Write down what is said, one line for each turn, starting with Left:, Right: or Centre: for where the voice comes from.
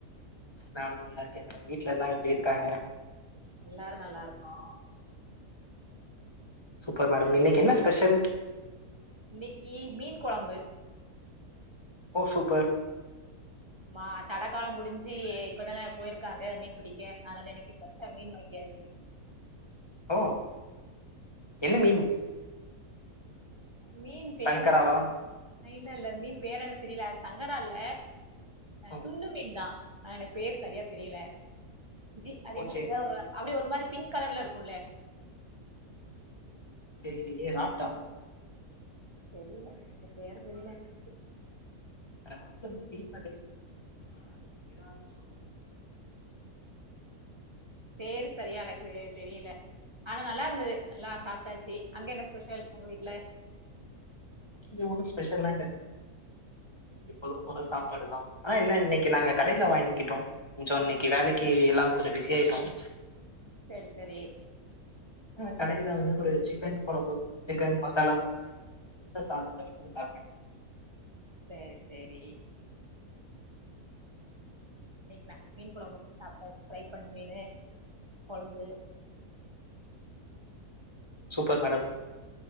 Left: நானும் நல்லா இருக்கேன் மேடம் வீட்டு்ல எல்லா எப்டி இருக்காங்க
Right: எல்லாரு நல்லா இருக்கோ
Left: சூப்பர் மேடம் இன்னைக்கி என்ன ஸ்பெஷல்
Right: இன்னீக்கி மீன் கொழம்பு
Left: ஓ சூப்பர்
Right: ஆமா தடக்காலம் முடிஞ்சி இப்பதான போயிருக்காங்க மீன் பிடிக்க அதனால என்னீக்கி ப்ரெஷ்ஷா மீன் வாங்கியாச்சு
Left: ஓ என்ன மீன்
Right: மீன் பேர்லான்
Left: சங்கராவா
Right: இல்ல இல்ல மீன் பேர என்ன தெரில அது சங்கரல்ல அ
Left: ஓ
Right: துண்டு மீன் தான் எனக் பேர் சரியா தெரில ஜி அது
Left: ஓ
Right: என்ன
Left: சேரி
Right: தரவ் அப்டி ஒரு மாரி பிங்க் கலர்ல இருக்கும்ல
Left: தெரிலியே ராப்ட்ட
Right: தெரில பேர தெரில என்னன்ட்டு
Left: <unintelligible>
Right: பேரு சரியாலக்கு தெரியல ஆனா நல்லா இருந்தது நல்லா சாப்டாச்சு அங்க என்ன ஸ்பெஷல் உங்க வீட்ல
Left: இங்க ஒன்னும் ஸ்பெஷல இல்ல எப்போவும் போல சாப்பாடு தான் ஆனா என்ன இன்னிக்கு நாங்க கடையில வாங்கிட்டோம் கொஞ்சம் இன்னிக்கு வேலக்கு எல்லாரும் கொஞ்சம் பிஸி ஆயிட்டோம்
Right: செரி சரி
Left: ஆ கடையில வந்து ஒரு சிக்கன் கொலம்பு சிக்கன் மசாலா மட்டும் வாங்கி வீட்ல சாததா வச்சு சாப்ட
Right: செரி செரி இன்னிக்கு நாங்க மீன் கொலம்பு வச்சு சாப்ட்டாச்சு ஃப்ரை பண்ண மீனு கொலம்பு
Left: சூப்பர் மேடம்